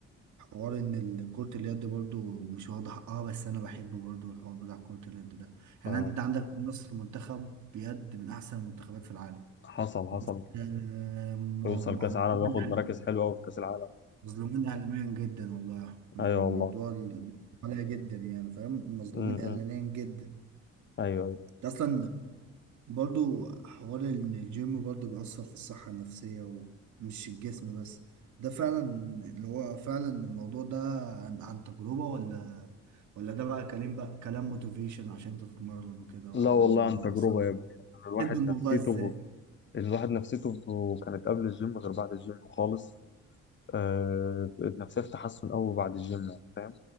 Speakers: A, on the right; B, on the left.
A: حوار ان ال- كرة اليد برضه مش واخدة حقها بس انا بحب برضه الحوار بتاع كرة اليد ده يعني
B: اه
A: انت عندك في مصر منتخب يد من احسن المنتخبات في العالم
B: حصل حصل
A: بس آه، ما-
B: ويوصل
A: ما-
B: كاس عالم
A: مظلومين
B: وياخد مراكز
A: إعلام-
B: حلوه قوي في كاس العالم
A: مظلومين اعلاميا جدا والله يعني
B: ايوه
A: الموضوع
B: والله
A: ال- عليا جدا يعني فاهم مظلومين
B: امم
A: اعلاميا جدا
B: ايوه ايوه
A: ده اصلا برضو حوار ان الجيم برضو بيأثر في الصحة النفسية ومش الجسم بس ده فعلا اللي هو فعلا الموضوع ده عن, عن تجربة ولا ولا ده بقى كلام بقى كلام موتيفيشن عشان انت تتمرن وكده ولا
B: لا والله
A: ان
B: عن
A: اصلا
B: تجربه يا ابني يعني الواحد
A: بتدي الموضوع
B: نفسيته
A: ازاي
B: الواحد نفسيته كانت قبل الجيم غير بعد الجيم خالص آه النفسيه في تحسن قوي بعد الجيم يعني فاهم